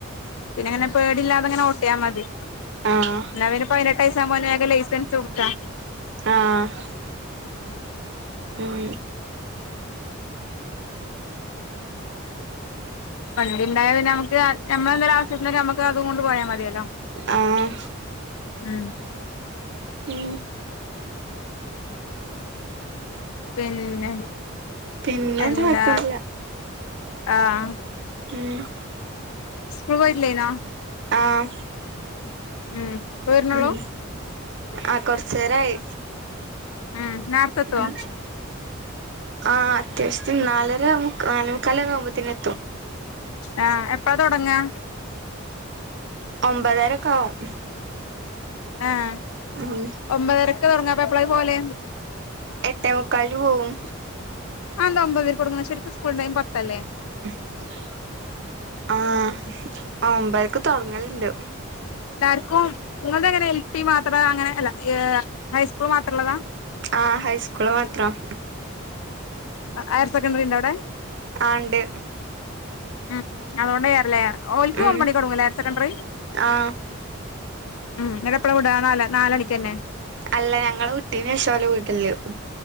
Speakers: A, on the left (about 85°); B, on the right (about 55°).
A: പിന്നെയിങ്ങനെ പേടിയില്ലാതെയിങ്ങനെ ഓട്ടിയാൽ മതി
B: ആഹ്
A: എന്നാൽപ്പിന്നെ പതിനെട്ട് വയസ്സ് ആകുമ്പോൾ അവനു വേഗം ലൈസൻസ്സും എടുക്കാം
B: ആഹ്... ഉം
A: വണ്ടി ഉണ്ടായൽ പിന്നെ നമുക്ക് നമ്മളുടെയെന്തെങ്കിലും ഒരു ആവശ്യത്തിന് നമുക്ക് അതുകൊണ്ട് പോയാൽ മതിയല്ലോ
B: ആഹ്
A: ആ ഉം
B: ഉം
A: പിന്നെ...
B: പിന്നെ
A: എന്താ
B: കൊഴപ്പൊന്നുല്ല
A: ആഹ്
B: ഉം
A: സ്കൂളി പോയിട്ടില്ലേനോ?
B: ആഹ്
A: ഉം ഇപ്പ വരണുള്ളൂ
B: ഉം ആഹ് കൊറച്ചു നേരായി.
A: ഉം നേരത്തെത്തുവോ
B: ഉം ആഹ് അത്യാവശ്യത്തിന് നാലര മു നാലേമുക്കാലാവുമ്പോഴെത്തേന്
A: ആ എപ്പാ തൊടങ്ങാ?
B: ഒൻപതരക്കെ ആവും.
A: ആഹ്
B: ഉം
A: ഒൻപതരക്കാ തൊടങ്ങാ? അപ്പോ എപ്പളാ പോവല്?
B: ഏട്ടേമുക്കാലിന് പോവും.
A: അതെന്താ ഒമ്പതരയ്ക്ക് തൊടങ്ങുന്നത്? ശരിക്കും സ്കൂൾ ടൈം പത്തല്ലേ?
B: മ്ഹും ആഹ് ഒമ് പതരയ്ക്ക് തൊടങ്ങലുണ്ട്.
A: ക്കും നിങ്ങൾക്ക് എങ്ങനാ എൽ പി മാത്രാ? അങ്ങനെ അല്ല ഏഹ് ഹൈസ്കൂൾ മാത്രോള്ളതാ?
B: ആഹ് ഹൈസ്കൂള് മാത്രം
A: ഹയർ സെക്കൻഡറിയുണ്ടോ അവിടെ?
B: ആഹ് ഇണ്ട്.
A: ഉം അതോണ്ടാ <unintelligible> ഓല്ക്കും
B: ഉം
A: ഒമ്പത് മണിക്ക് തൊടങ്ങുമല്ലേ ഹയർ സെക്കൻഡറി?
B: ആഹ്
A: ഉം എന്നിട്ട് എപ്പോഴാ വിടാ? നാ നാലണിക്ക് തന്നെ?
B: അല്ല ഞങ്ങളെ വിട്ടേനു ശേഷാ ഒലെ വിടല്.